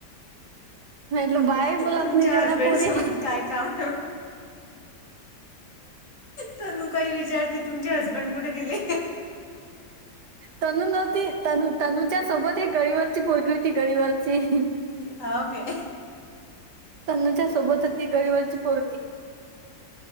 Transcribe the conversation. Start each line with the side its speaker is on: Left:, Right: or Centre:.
Right: ल बाय बोलात
Left: तुमच्या
Right: नाही ते, एवढ्या
Left: हजबंड
Right: पोरी.
Left: सोबत काय काम आहे तर नु काही विचारते, तुमचे हसबंड कुठे गेले?
Right: तनू नव्हती तनू तनूच्या सोबत, एक गळीवरची पोरगी होती गळीवरची.
Left: हा ओके.
Right: तन्नूच्या सोबत होती, गळीवरची पोरगी.